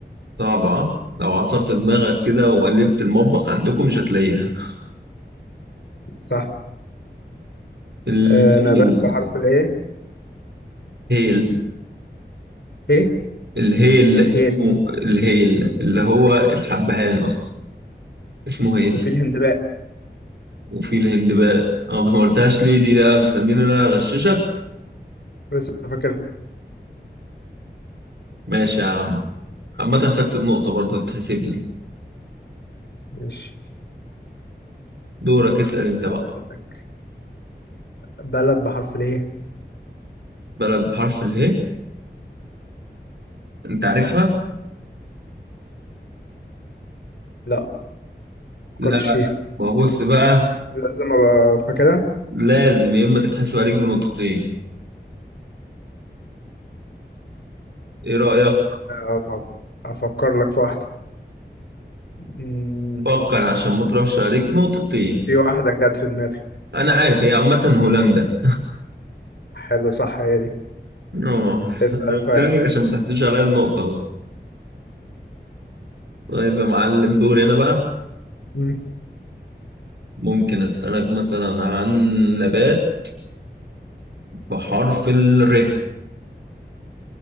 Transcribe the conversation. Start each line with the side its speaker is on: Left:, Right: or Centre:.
Right: صعبة ها؟ لو عصرت دماغك كده وقلبت المطبخ عندكم مش هتلاقيها
Left: صح
Right: الهيل
Left: آه نبات بحرف الايه
Right: هيل
Left: ايه
Right: الهيل
Left: ايه الهي
Right: اسمه الهيل اللي هو الحبهان اصلا اسمه هيل
Left: وفي الهندباء
Right: وفي الهندباء اه ما قلتهاش ليه دي ده مستنيني ان انا اغششك
Left: بس فاكر
Right: ماشي يا عم عامة خدت النقطة برضو تتحسب لي
Left: ماشي
Right: دورك اسأل انت بقى
Left: أقول لك. بلد بحرف الايه
Right: بلد بحرف اله انت عارفها؟
Left: لا ما فكرتش
Right: لا
Left: فيها
Right: ما هو بص بقى
Left: لازم ابقى فاكرها
Right: لازم يا اما تتحسب عليك بنقطتين ايه رأيك؟
Left: أف- افكر لك في واحده مم،
Right: فكر عشان ما تروحش عليك نقطتين
Left: في واحده جت في دماغي
Right: انا عارف هي عامة هولندا
Left: حلو صح هي دي
Right: <laughs> اه
Left: اسال سؤال
Right: عشان ما تحسبش عليا النقطة بس طيب يا معلم دوري أنا بقى
Left: مم.
Right: ممكن أسألك مثلا عن نبات بحرف الر